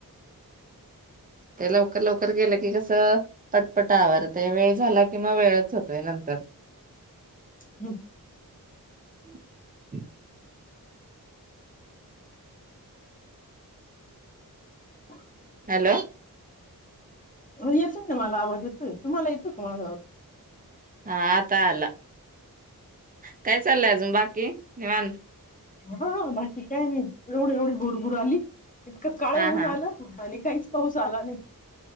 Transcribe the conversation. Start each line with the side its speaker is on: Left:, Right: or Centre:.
Right: ते लवकर लवकर गेलं की कसं पटपट आवरतय ते वेळ झाला किंवा वेळच होतोय नंतर
Left: हम्
Right: <inaudible>
Left: <inaudible>
Right: हॅलो
Left: हो येतोय ना मला आवाज येतोय तुम्हाला येतोय का माझा आवाज?
Right: हा आता आला काय चाललंय अजून बाकी? निवांत
Left: हा हा बाकी काय नाही एवढी एवढी बुर बुर आली इतकं काळं
Right: हा
Left: होऊन
Right: हा
Left: आलं आणि काहीच पाऊस आला नाही.